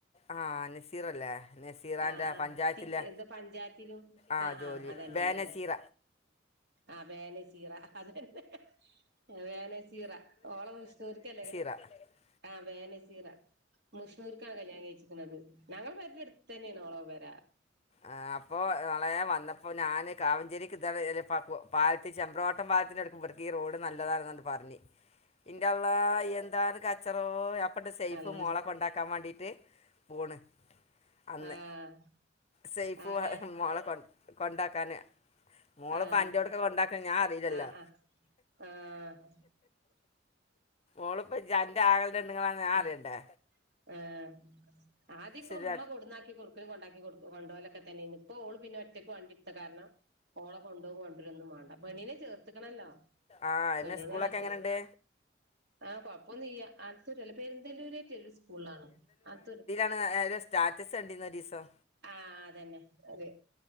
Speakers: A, on the left; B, on the right.
A: ആഹ് നസീറ ല്ലേ നെസീറാന്റെ
B: ആഹ് ആഹ്
A: പഞ്ചായത്തിലെ
B: സി എന്താ പഞ്ചായത്തിലും
A: ആഹ് ജോലി
B: അതന്നെ
A: വേനസീറ
B: അതന്നെ ആഹ് വേ നസീറ അതന്നെ വേ നസീറ ഓളെ മുഷ്ണൂർക്കല്ലേ
A: ദ
B: ആഹ് വേനസീറ മുഷ്ണൂർക്കാണ് കല്യാണം കഴിച്ചിക്ക്ണത് ഞങ്ങളെ പേരെന്റെട് ത്തെന്നെയാണോളെ പെര
A: ആഹ് അപ്പോ മളെ വന്നപ്പോൾ ഞാൻ കാവഞ്ചേരിക്ക് ഇത പാലത്തി ചെമ്പ്രോവട്ടം പാലത്തിന്റെ അടുക്കുമ്പോടു ഈ റോഡ് നല്ലതാണെന്നണ്ട് പറഞ്
B: <inaudible>
A: ഇന്റെ അള്ളാ എന്താണ് കച്ചറോ അപ്പണ്ട് സെയ്ഫു
B: അൽ
A: മോളെ കൊണ്ടാക്കാൻ വാണ്ടീട്ട് പോണ് അന്ന്
B: ആഹ്
A: സേയ്ഫു
B: ആരെ
A: മോളെ കൊ കൊണ്ടാക്കാന് മോള്പ്പം
B: ആഹ്
A: അന്റോട്ക്കെ കൊണ്ടാക്കണ് ഞാൻ അറിയില്ലല്ലോ
B: ആഹ് ആഹ് <inaudible>
A: ഓളിപ്പോ ജ് അന്റെ ആങ്ങളന്റെ പെണ്ണുങ്ങളാന്ന് ഞാൻ
B: ആഹ്
A: അറിയണ്ടേ
B: ആഹ് ആദ്യക്കെ
A: ശരി
B: ഉമ്മ കൊടന്നാക്കി കൊടുക്കലും കൊണ്ടാക്കി കൊ കൊണ്ടോവലൊക്കെ തന്നെ എനു ഇപ്പോ ഓള് പിന്നെ ഒറ്റയ്ക്ക് വണ്ടി എടുത്ത കാരണം ഓള കൊണ്ടോവും കൊണ്ടരൊന്നും വാണ്ട പെണ്ണിനെ ചേർത്ത്ക്ക്ണല്ലോ
A: ആ എന്നെ
B: പെണ്ണിനെ
A: സ്കൂളൊക്കെ
B: ആത്ത്
A: എങ്ങനെയുണ്ട്
B: ആഹ് കൊഴപ്പൊന്നുല്ല ആത്തൂരല്ല പെരുന്തല്ലൂരെറ്റ ഒരു സ്കൂളാണ് അതൊരു
A: ഉം ആരോ സ്റ്റാറ്റസ് കണ്ടീരുന്നു ഒരീസം
B: ആഹ് അതന്നെ അറിയോ